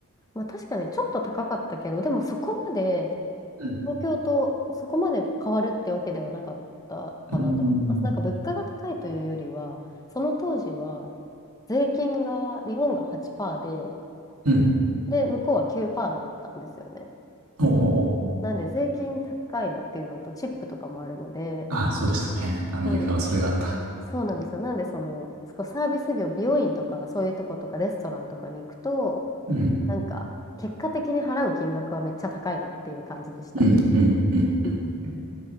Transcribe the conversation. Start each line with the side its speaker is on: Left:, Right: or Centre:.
Left: まあ確かにちょっと高かったけど、でもそこまで、
Right: うん。
Left: 東京とそこまで変わるってわけではなかったかなと思います。
Right: うーん。
Left: なんか物価が高いというよりは、その当時は税金が、日本が8%で、
Right: うん。
Left: で、向こうは9%だったんですよね。
Right: ほうほうほう。
Left: なんで税金高いなっていうのと、チップとかもあるので、
Right: ああ、そうでしたね。アメリカはそれがあった。
Left: そうそうなんですよ。なんで、その、そこサービス業、美容院とか、そういうとことか、レストランとかに行くと、
Right: うん。
Left: なんか、結果的に払う金額はめっちゃ高いなっていう感じでした。
Right: うん、うん、うん、うん。
Left: うん